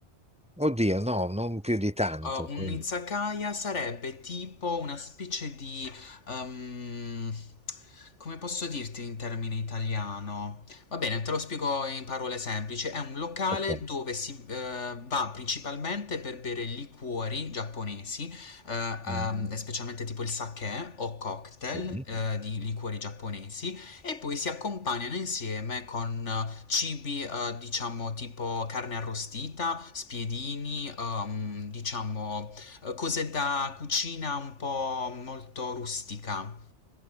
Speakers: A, in the centre; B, on the left.
A: oddio, no, non più di tanto.
B: Uh, un
A: quindi,
B: izakaya sarebbe tipo una specie di... ehm, come posso dirti in termini italiano? Va bene, te lo spiego in parole semplici. È un locale
A: ok.
B: dove si eh, va principalmente per bere liquori giapponesi, eh, ehm,
A: Mm,
B: specialmente tipo il sake eh, o cocktail
A: sì.
B: eh, di liquori giapponesi, e poi si accompagnano insieme con cibi eh, diciamo tipo carne arrostita, spiedini, ehm, diciamo eh, cose da cucina un po' molto rustica.